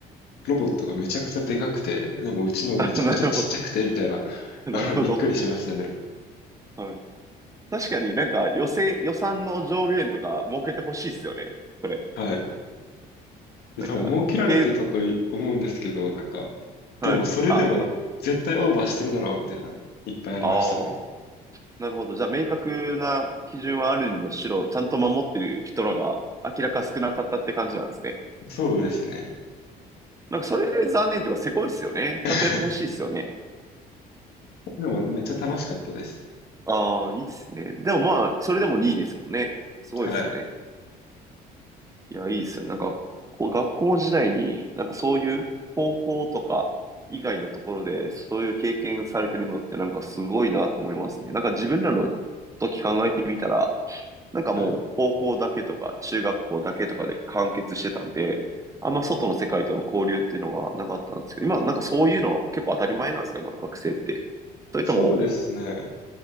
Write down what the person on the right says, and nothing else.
あ <laughs> なるほど。
なるほど。
はい。確かになんか予選、予算の上限とか設けてほしいっすよね。それ。
なんか、
け、
はい。
あ、
ああ、なるほど。じゃあ明確な基準はあるにもしろ、ちゃんと守ってる人らが明らか少なかったって感じなんですね。
なんかそれ残念っていうか、せこいっすよね。
ちゃんとやってほしいっすよね。
ああ、いいっすね。でもまあ、それでも2位ですもんね。すごいっすよね。
いや、いいっすよ。なんか、こう、学校時代に、なんかそういう高校とか以外のところで、そういう経験されてるのって、なんかすごいなと思いますね。なんか自分らの時考えてみたら、なんかもう高校だけとか中学校だけとかで完結してたんで、
あんま外の世界との交流っていうのはなかったんですけど、今なんかそういうのは結構当たり前なんですか、今の学生って。それとも、